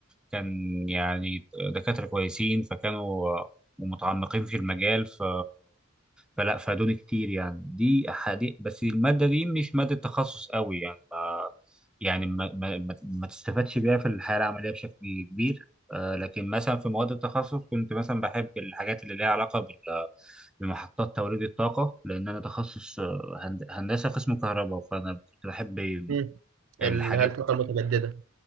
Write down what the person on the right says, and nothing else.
امم
اللي هي الطاقه المتجدده